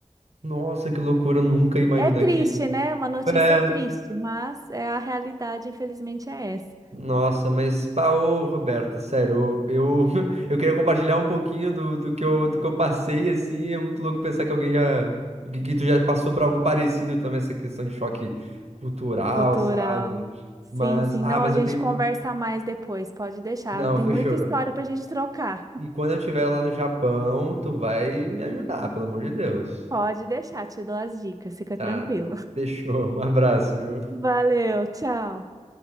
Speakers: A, on the right; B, on the right.
A: Nossa, que loucura, eu nunca ia imaginar
B: É triste,
A: que.
B: né? Uma notícia
A: É.
B: triste, mas é a realidade, infelizmente, é essa.
A: Nossa, mas, pá, ô, Roberta, sério, eu, eu, <laughs> eu queria compartilhar um pouquinho do, do que eu, do que eu passei, assim, é muito louco pensar que alguém já, que, que tu já passou por algo parecido também, essa questão de choque cultural,
B: Cultural.
A: sabe?
B: Sim,
A: Mas,
B: sim.
A: ah,
B: Não,
A: mas
B: a gente
A: eu tenho,
B: conversa mais depois, pode deixar.
A: não,
B: Tem
A: fechou.
B: muita história pra gente trocar.
A: E quando eu estiver lá no Japão, tu vai me ajudar, pelo amor de Deus.
B: Pode deixar, te dou as dicas, fica
A: Tá,
B: tranquilo.
A: fechou, um abraço,
B: <laughs>
A: viu?
B: Valeu, tchau.